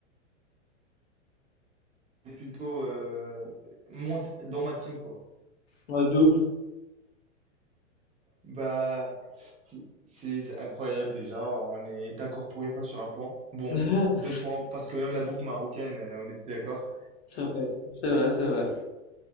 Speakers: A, on the right; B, on the left.
A: t'es plutôt euh, monte dans ma team, quoi.
B: Ouais, de ouf.
A: Bah, c'est c'est- c'est incroyable déjà. On est d'accord pour une fois sur un point. Bon,
B: <laughs>
A: deux points, parce que même la bouffe marocaine, euh, on était d'accord.
B: C'est vrai, c'est vrai, c'est vrai.